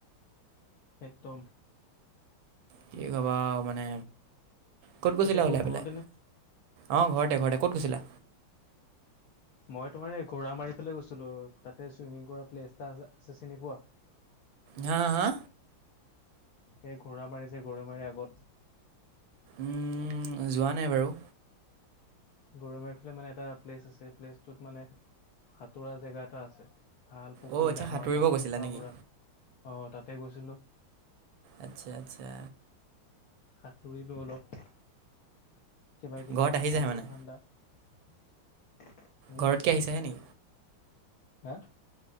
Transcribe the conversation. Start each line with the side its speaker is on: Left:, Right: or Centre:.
Left: একদম
Right: কি কবা মানে ক'ত গৈছিলা
Left: এতিয়া
Right: ওলাই পেলাই
Left: ঘৰতে নে
Right: অ ঘৰতে ঘৰতে ক'ত গৈছিলা
Left: মই তোমাৰ এই ঘোৰা মাৰি ফালে গৈছিলো তাতে চুইমিং কৰা প্লেছ এটা আছে চিনি পোৱা
Right: হা হা
Left: সেই ঘোঁৰা মাৰিজে গৰৈ মাৰি আগত
Right: উম যোৱা নাই বাৰু
Left: গৰৈ মাৰি ফালে মানে এটা প্লেচ আছে প্লেচটোত মানে সাঁতোৰা জেগা এটা আছে ভাল পুখুৰী
Right: অ' আচ্ছা
Left: ডাঙৰ
Right: সাঁতুৰিব
Left: এটা
Right: গৈছিলা
Left: চাফা
Right: নেকি
Left: পুৰা আহ তাতে গৈছিলো
Right: আচ্ছা আচ্ছা
Left: হাতুৰিলো অলপ কিবা কিবি
Right: ঘৰত
Left: এটা
Right: আহিছাহে
Left: খালো
Right: মানে
Left: <unintelligible> উম
Right: ঘৰতকে আহিছেহে নি
Left: হা